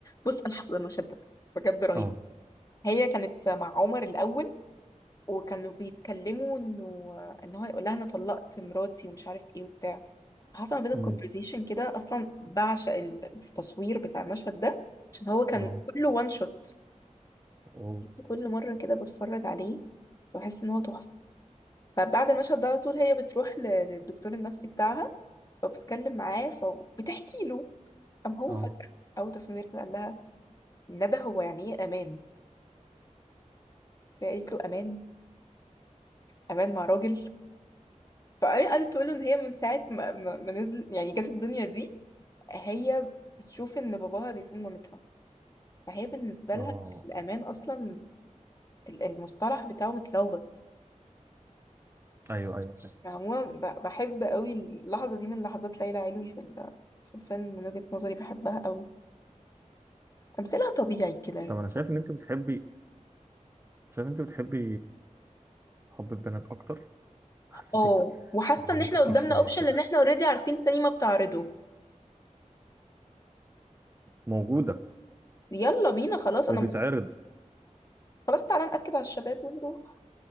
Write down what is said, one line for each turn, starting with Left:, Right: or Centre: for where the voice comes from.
Left: بص انا حافظة المشهد ده بس بجد رهيب
Right: اه
Left: هي كانت مع عمر الاول وكانوا بيتكلموا انه ان هو هيقول لها انا طلقت مراتي ومش عارف ايه وبتاع حصل ما بينهم
Right: أمم.
Left: كونفرزيشن كده اصلا بعشق التصوير بتاع المشهد ده عشان هو كان
Right: اه
Left: كله وان شوت
Right: اه
Left: كل مره كده بتفرج عليه بحس ان هو تحفه فبعد المشهد ده على طول هي بتروح ل- للدكتور النفسي بتاعها فبتتكلم معاه فبتحكي له قام هو
Right: اه
Left: فجاه اوت اوف نوير قال لها ندى هو يعني ايه امان فقالت له امان امان مع راجل فقعدت تقول له ان هي من ساعه ما, ما, ما نزل يعني جت الدنيا دي هي بتشوف ان باباها بيكون مامتها فهي بالنسبه
Right: اه
Left: لها الامان اصلا ال- المصطلح بتاعه متلخبط
Right: ايوه ايوه فاهم
Left: عموما ب- بحب قوي اللحظه دي من لحظات ليلى علوي في ال- في الفيلم من وجهه نظري بحبها قوي تمثيلها طبيعي كده
Right: طب انا شايف ان انت بتحبي شايف ان انت بتحبي حب البنات اكتر حسيتك
Left: اه وحاسه
Right: تعمقة
Left: ان احنا
Right: فيه
Left: قدامنا
Right: شويه
Left: اوبشن
Right: كده
Left: لان احنا اوريدي عارفين سينما بتعرضه
Right: موجوده
Left: يلا بينا خلاص
Right: وبيتعرض
Left: انا م- خلاص تعالى ناكد على الشباب ونروح